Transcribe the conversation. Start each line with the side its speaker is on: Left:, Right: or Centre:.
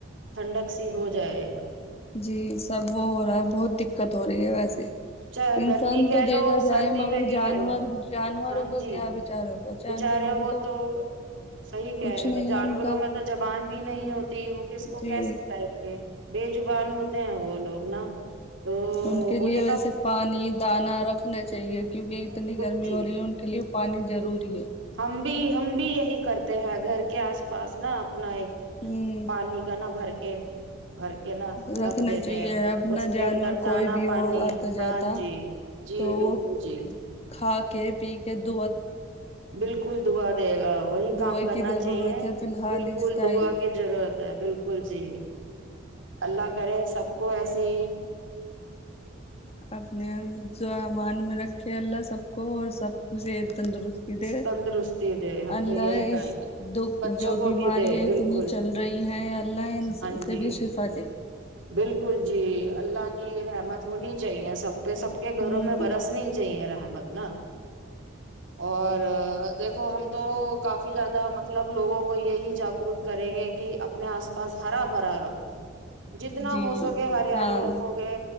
Right: ٹھنڈک سی ہو جائے ایک
Left: <inaudible>
Right: چاہے
Left: انسان
Right: گرمی کہہ
Left: تو دیکھا
Right: لو
Left: جائے
Right: سردی
Left: مگر
Right: میں بھی
Left: جانور
Right: کہہ لو
Left: جانوروں
Right: ہاں
Left: کا
Right: جی
Left: کیا بچار ہوگا جانوروں
Right: بچارے
Left: کو
Right: وہ تو صحیح کہہ
Left: کچھ
Right: رہے
Left: نہیں
Right: ہو جانوروں
Left: ہے ان کا
Right: میں تو زبان بھی نہیں ہوتا
Left: جی
Right: <inaudible> بےجبان ہوتے ہیں وہ لوگ نا تو
Left: ان کے لیے
Right: انیں
Left: ویسے پانی دانا رکھنا چاہیے کیونکہ
Right: بالکل
Left: اتنی گرمی
Right: جی
Left: ہو رہی ہے ان کے لیے پانی ضرور ت ہے
Right: ہم بھی ہم بھی یہی کرتے ہیں گھر کے آس پاس نا آپ اپنا ایک
Left: ہ
Right: پانی کا نہ بھر کے بھر کے نا
Left: رکھنا
Right: رکھ دیتے
Left: چاہیے
Right: ہیں
Left: اپنا
Right: اس
Left: جانور
Right: کے اندر دانا
Left: کوئی بھی
Right: پانی
Left: ہو آتا
Right: ہاں
Left: جاتا
Right: جی جی
Left: تو
Right: بالکل
Left: وہ
Right: جی
Left: کھا کے پی کے د
Right: بالکل دا دے گا وہی
Left: دعا
Right: کام کرنا
Left: کی ضرورت
Right: چاہیے
Left: ہے فی الحال
Right: بالکل
Left: اس ٹائم
Right: دعا کی ضرورت بالکل جی اللہ کر سب کو ایسی
Left: اپنے جو امان میں رکھے اللہ سب اور سب کچھ تندرستی دے
Right: تندرستی دے ہم
Left: اللہ
Right: تو یہی کہیں
Left: اس
Right: گے
Left: دکھ
Right: بچوں
Left: جو
Right: کو
Left: بیماری
Right: بھی دے
Left: ہے
Right: بالکل
Left: اتنی چل رہی ہے اللہ ان
Right: ہاں
Left: سے
Right: جی
Left: بھی شفا دے
Right: بالکل جی اللہ کی رحمت ہونی چاہیے سب پہ سب کے گھروں
Left: ہوں
Right: میں برسنی چاہیے رحمت نا اور دیکھو ہم تو کافی زیادہ مطلب لوگوں کو یہی جاگروک کریں گے کہ اپنے آس پاس ہرا بھرا رکھو جتنا
Left: جی
Right: ہو سکے ہریالی
Left: ہاں
Right: رکھو گے